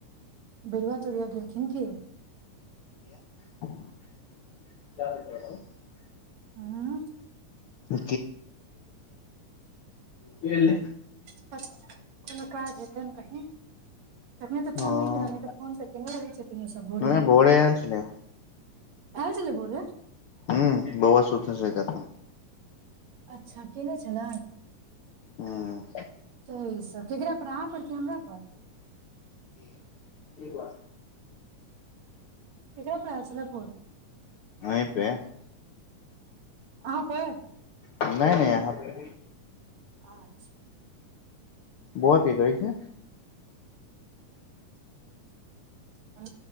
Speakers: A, on the right; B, on the left.
A: बरुआा तोरिया गेलखिन की
B: क्य ह त
A: हँ
B: क जेत
A: त कोनो काज हेत ने कहीँ तखने तऽ फोन
B: ओ
A: नहि क नहि तऽ फोन तऽ केयने रहै छथिन ओसभ बोरिंग
B: नहि भोरे आयल छलै
A: आ छल बोले
B: हूँ बौआ सुतने छलै तखन
A: अच्छा कने चल
B: हँ
A: सह ई स ककरापर अहाँपर कि हमरापर
B: ई बात
A: क कह परसनापन
B: अहीं पे
A: अहाँ पे
B: नहि नहि यहाँ पे
A: अच्छा
B: बोआ की कर छै
A: अ